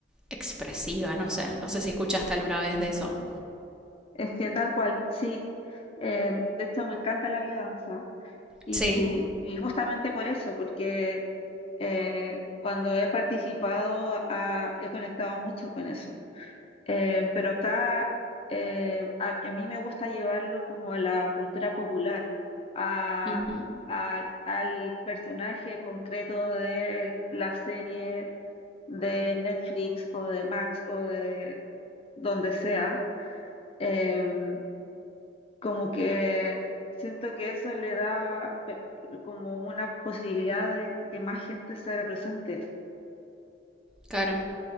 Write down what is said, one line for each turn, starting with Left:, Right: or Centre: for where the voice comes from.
Centre: expresiva, no sé, no sé si escuchaste alguna vez de eso.
Left: Es que tal cual, sí. Eh, de hecho, me encanta la biodanza y,
Centre: Sí,
Left: y justamente por eso, porque eh, cuando he participado ah, he conectado mucho con eso. Eh, pero acá eh, a, a mí me gusta llevarlo como a la cultura popular, a-
Centre: Ujú.
Left: a- al personaje concreto de la serie de Netflix o de Max o de donde sea. em, como que siento que eso le da eh, como una posibilidad de que más gente se haga presente.
Centre: claro.